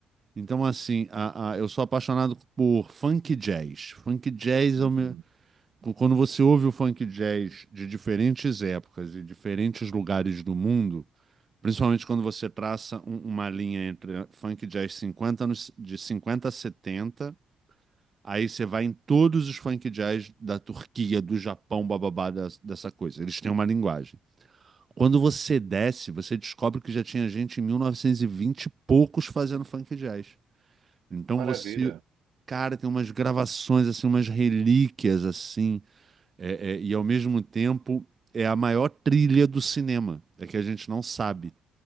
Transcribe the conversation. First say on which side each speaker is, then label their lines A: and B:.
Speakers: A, on the right; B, on the right.
A: então assim, a- a- eu sou apaixonado por funk jazz. Funk jazz
B: Uhum.
A: é o meu... qu- Quando você ouve o funk jazz de diferentes épocas e diferentes lugares do mundo, principalmente quando você traça um- uma linha entre funk jazz 50 anos, de 50 a 70, aí você vai em todos os funk jazz da Turquia, do Japão, bababá, das- dessa coisa. Eles têm uma linguagem. Quando você desce, você descobre que já tinha gente em 1920 e vinte e poucos fazendo funk jazz. Então
B: Que Maravilha.
A: você, cara, tem umas gravações assim, umas relíquias assim, é, é, e ao mesmo tempo é a maior trilha do cinema, é que a gente não sabe.